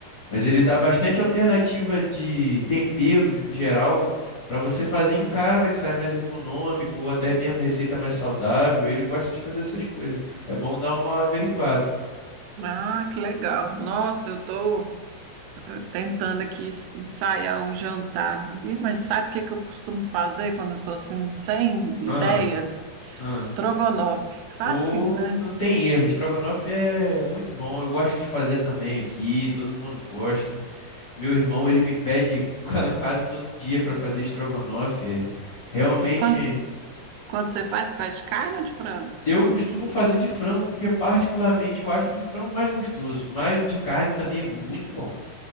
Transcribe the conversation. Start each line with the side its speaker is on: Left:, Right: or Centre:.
Left: Mas ele dá bastante alternativa de temperos no geral para você fazer em casa, que sai mais econômico, ou até mesmo receita mais saudável. Ele gosta de fazer essas coisas. É bom dar uma averiguada.
Right: Ah, que legal. Nossa, eu tô tentando aqui ensaiar um jantar. Ih, Mas sabe o que que eu costumo fazer quando eu tô assim, sem ideia?
Left: Ah, ah.
Right: Estrogonofe. Facinho,
Left: O
Right: né?
Left: não tem erro, estrogonofe é muito bom. Eu gosto de fazer também aqui, todo mundo gosta. Meu irmão, ele me pede <laughs> qua- quase todo dia para fazer estrogonofe. é, Realmente,
Right: E quando, quando você faz, você faz de carne ou de frango?
Left: eu costumo fazer de frango porque particularmente eu acho o de frango mais gostoso, mas o de carne também é muito bom.